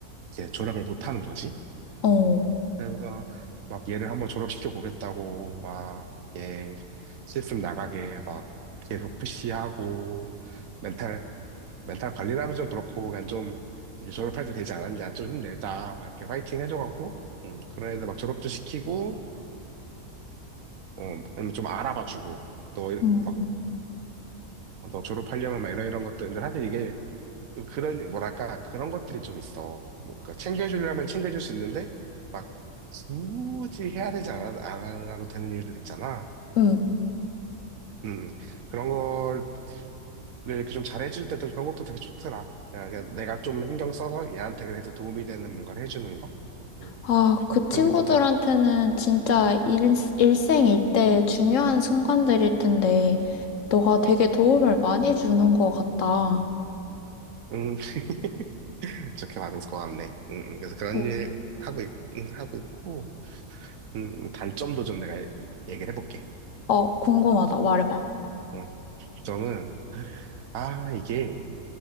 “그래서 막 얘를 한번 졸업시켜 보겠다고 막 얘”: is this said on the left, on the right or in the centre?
Right